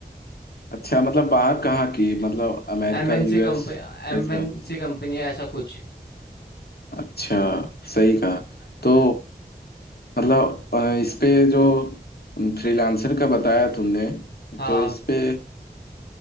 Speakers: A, on the left; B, on the left.
A: अच्छा मतलब बाहर कहाँ की मतलब अमेरिका
B: एमएनसी
A: यूएस
B: company एमएनसी
A: ये सब
B: company है ऐसा कुछ
A: अच्छा सही कहा तो मतलब अ, इस पे जो फ्रीलांसर का बताया तुमने
B: हाँ
A: तो इस पे